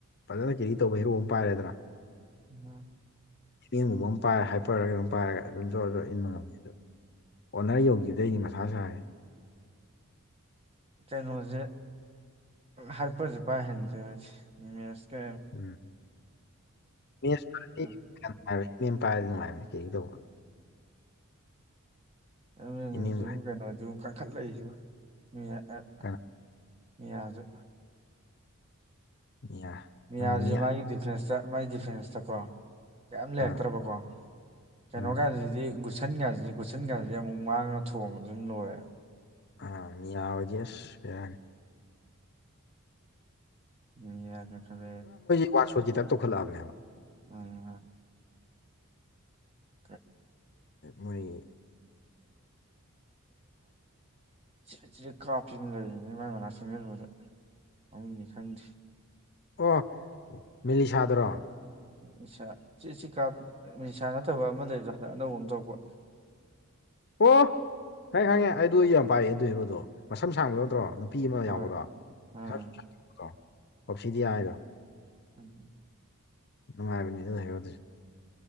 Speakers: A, on the left (about 50°); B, on the right (about 30°).
A: ꯐꯖꯅ ꯀꯦꯔꯤ ꯇꯧꯕ ꯍꯦꯔꯣ ꯑꯃ ꯄꯥꯏꯔꯦꯗꯅ
B: ꯎꯝ
A: ꯆꯦꯡꯒꯨꯝꯕ ꯑꯃ ꯄꯥꯏꯔ ꯍꯥꯏꯄꯔꯔ ꯀꯩꯅꯣꯝ ꯄꯥꯏꯔꯒ ꯑꯗꯨꯝ ꯖꯣꯔꯣ ꯖꯣꯔꯣ ꯏꯟꯕ ꯉꯝꯃꯦ ꯑꯗꯨ ꯑꯣꯅꯔ ꯌꯧꯈꯤꯕꯗꯩꯅꯤ ꯃꯁꯥ ꯁꯥꯔꯦ꯫
B: ꯀꯩꯅꯣꯁꯦ ꯍꯥꯄꯔ ꯖꯦ ꯄꯥꯏꯍꯟꯗ꯭ꯔꯦ ꯑꯩꯗꯤ ꯃꯦꯁ
A: ꯎꯝ ꯃꯦꯁ
B: <unintelligible>
A: <unintelligible> ꯄꯥꯏꯔꯗꯤ ꯅꯨꯡꯥꯏꯕꯅꯤ ꯀꯦꯔꯤ ꯇꯧꯕ
B: ꯑꯦꯝ
A: ꯏꯃꯦꯝꯒ
B: ꯑꯦꯜ ꯖꯤ ꯍꯨꯖꯤꯛ
A: ꯍꯥꯏ
B: ꯑꯃꯨꯛ ꯀꯩꯅꯣꯁꯨ ꯀꯟꯈꯠꯂꯛꯏꯁꯨ ꯃꯤꯌꯥ ꯑꯥ
A: ꯀꯅꯥ
B: ꯃꯤꯌꯥꯁꯨ
A: ꯃꯤꯌꯥ
B: ꯃꯤꯌꯥꯝꯖꯤ
A: ꯎꯝ ꯃꯤꯌꯥ
B: ꯃꯥꯒꯤ ꯗꯤꯐ꯭ꯔꯦꯟꯁꯇ ꯃꯥꯒꯤ ꯗꯤꯐ꯭ꯔꯦꯟꯁꯇꯀꯣ ꯀꯩꯝ ꯂꯩꯔꯛꯇ꯭ꯔꯕꯀꯣ
A: ꯑꯥ
B: ꯀꯩꯅꯣ
A: ꯑꯥ
B: ꯒꯥꯁꯤꯗꯤ ꯒꯨꯁ ꯁꯟ ꯀꯁꯤ ꯒꯨꯠꯁꯟ ꯀꯁꯤ ꯑꯃꯨꯛ ꯃꯥꯡꯅ ꯊꯣꯝꯕ ꯑꯗꯨꯝ ꯂꯣꯏꯔꯦ
A: ꯑ ꯃꯤꯌꯥ ꯃꯤꯌꯥ ꯍꯣꯏꯗꯤ ꯑꯁ ꯕꯦꯔꯅꯤ!
B: <unintelligible>
A: ꯋꯥꯔ ꯁꯣꯠ ꯀꯤ ꯇꯥꯏꯞ ꯇꯧꯈꯠꯂꯛꯑꯝꯅꯦ ꯍꯥꯏꯕꯥ꯫
B: <unintelligible> <unintelligible>
A: ꯃꯣꯏꯒꯤ
B: ꯖꯤꯔꯤꯠ ꯖꯤꯔꯤꯠ ꯀꯥꯞꯄꯤ ꯑꯃ ꯂꯩꯔꯤꯅꯤ ꯃꯥꯏ ꯃꯅꯥꯛ ꯆꯪꯁꯤꯟꯕꯗ ꯃꯃꯤꯡꯗꯤ ꯈꯪꯗꯦ꯫
A: ꯑꯣ ꯃꯤꯂꯤꯁꯥꯗꯨꯔꯣ?
B: ꯅꯤꯁꯥ ꯆꯦ ꯆ ꯀꯥꯞ ꯅꯤꯁꯥ ꯅꯠꯇꯕ ꯑꯃ ꯂꯩꯕꯗꯥ ꯍꯟꯗꯛ ꯑꯅꯧꯕ ꯑꯃ ꯊꯣꯔꯛꯄ꯫
A: ꯑꯣ ꯈꯪꯉꯦ ꯈꯪꯉꯦ ꯑꯩꯗꯣ ꯑꯩ ꯌꯥꯝ ꯄꯥꯏꯌꯦ ꯑꯗꯨ ꯏꯔꯣꯗꯣ ꯃꯁꯝ ꯁꯥꯡꯕ ꯗꯣ ꯅꯠꯇ꯭ꯔꯣ? ꯅꯨꯄꯤ ꯑꯃ
B: ꯍꯣꯏ
A: ꯌꯥꯎꯕꯗꯗꯣ
B: ꯑꯥ
A: <unintelligible> ꯑꯣꯞꯁꯤꯗꯤꯌꯥ ꯍꯥꯏꯗꯣ
B: ꯎꯝ
A: ꯅꯨꯡꯉꯥꯏꯕꯅꯦ ꯑꯗꯨ ꯍꯦꯔꯣ ꯗꯨꯖꯨ ꯫